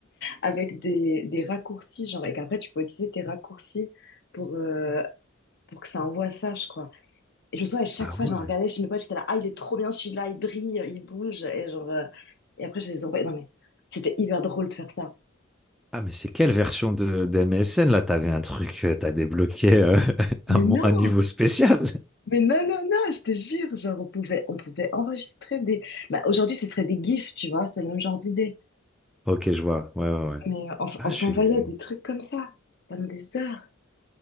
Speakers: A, on the left (about 55°); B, in the centre.
A: avec des, des raccourcis, genre, et qu'après tu pouvais utiliser tes raccourcis pour, euh, pour que ça envoie ça, je crois. Et je me souviens, à chaque
B: Ah
A: fois,
B: ouais.
A: j'en regardais chez mes potes, j'étais là, ah, il est trop bien celui-là, il brille, euh, il bouge. Et genre, euh, et après, je les envoyais. Non, mais c'était hyper drôle de faire ça.
B: Ah, mais c'est quelle version de, d'MSN là? T'avais un truc, euh, t'as débloqué euh, <laughs> un,
A: Mais
B: mo-
A: non,
B: un niveau spécial. <laughs>
A: mais non, non, non, je te jure, genre, on pouvait, on pouvait enregistrer des. Bah, aujourd'hui, ce serait des GIFs, tu vois, c'est le même genre d'idée.
B: Ok, je vois. Ouais, ouais, ouais.
A: Mais on, s-
B: Ah,
A: on
B: je
A: s'envoyait
B: suis.
A: des trucs comme ça pendant des heures.